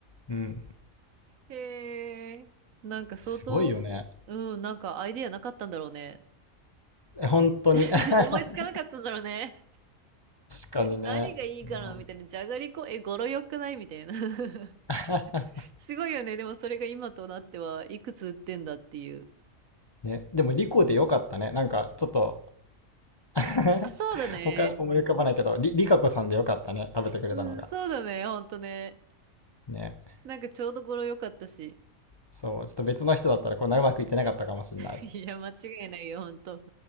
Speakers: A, on the left (about 40°); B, on the right (about 80°).
A: うん。
B: へえ。なんか相当、
A: すごいよね。
B: うん、なんかアイデアなかったんだろうね。
A: 本当に。
B: <laughs>
A: <laughs> 確
B: 思いつかなかったんだろうね。
A: かにね。
B: 何がいいかなみたいな。
A: うん
B: じゃがりこ、え、語呂良くないみたいな。<laughs>
A: <laughs>
B: すごいよね。でもそれが今となってはいくつ売ってんだっていう。
A: ね、でも、リコでよかったね。なんか、ちょっと <laughs>
B: あ、そうだね。
A: 他思い浮かばないけど、リ、リカコさんでよかったね。食べてくれたのが。
B: うん、そうだね。ほんとね。
A: ね。
B: なんかちょうど語呂良かったし。
A: そう、ちょっと別の人だったらこんなうまくいってなかったかもしれない。
B: <laughs> いや、間違いないよ、ほんと。